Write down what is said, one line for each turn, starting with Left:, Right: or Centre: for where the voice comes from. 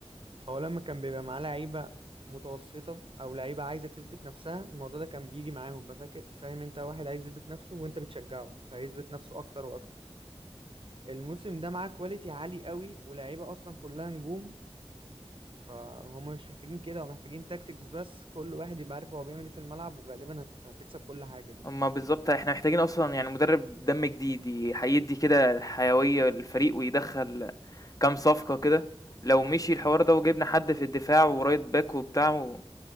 Right: فهو لما كان بيبقى معاه لعيبة متوسطة أو لعيبة عايزة تثبت نفسها الموضوع ده كان بيجي معاهم بفاكر فاهم أنت واحد عايز يثبت نفسه وأنت بتشجعه فيثبت نفسه أكتر وأكتر الموسم ده معاه كواليتي عالي قوي ولاعيبة أصلا كلها نجوم فهم مش محتاجين كده هم محتاجين تاكتكس بس كل واحد يبقى عارف هو بيعمل ايه في الملعب وغالبا هت- هتكسب كل حاجة يعني
Left: أمّا بالضبط إحنا محتاجين أصلًا يعني مدرب دم جديد ي هيدّي كده الحيوية للفريق ويدخّل كام صفقة كده، لو مشي الحوار ده وجبنا حد في الدفاع ورايت باك وبتاع